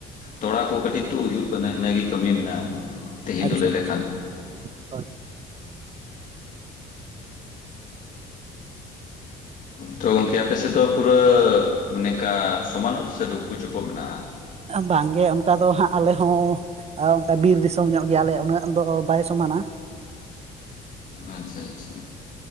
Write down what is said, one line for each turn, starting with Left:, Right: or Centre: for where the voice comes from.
Left: ᱛᱚᱞᱟ ᱠᱚ ᱠᱟᱹᱴᱤᱡ ᱛᱩᱫ ᱦᱩᱭᱩᱜ ᱠᱟᱱᱟ, ᱤᱱᱟᱹᱜᱮ ᱠᱟᱹᱢᱤ ᱢᱮᱱᱟᱜ-ᱟ᱾ ᱛᱮᱦᱮᱧ
Right: ᱟᱪᱪᱷᱟ
Left: ᱫᱚ ᱞᱟᱹᱭ
Right: ᱟᱪᱪᱷᱟ
Left: ᱞᱮᱠᱷᱟᱱ
Right: ᱦᱳᱭ
Left: ᱛᱚ ᱜᱚᱝᱠᱮ ᱟᱯᱮᱥᱮᱫ ᱫᱚ ᱯᱩᱨᱟᱹ ᱢᱮᱱᱮᱠᱟ ᱥᱚᱢᱟᱱ ᱚᱛ ᱥᱮ ᱰᱩᱯᱩ ᱪᱩᱯᱚᱜ ᱢᱮᱱᱟᱜ-ᱟ?
Right: ᱵᱟᱝ ᱜᱮ ᱚᱱᱠᱟ ᱫᱚ ᱦᱟᱸᱜ ᱟᱞᱮ ᱦᱚᱸ ᱟᱨ ᱚᱱᱠᱟ ᱵᱤᱨ ᱫᱤᱥᱚᱢ ᱧᱚᱜ ᱜᱮᱭᱟ ᱞᱮ ᱩᱱᱟᱹᱜ ᱫᱚ ᱵᱟᱭ ᱥᱚᱢᱟᱱᱟ
Left: ᱟᱪᱪᱷᱟ ᱟᱪᱪᱷᱟ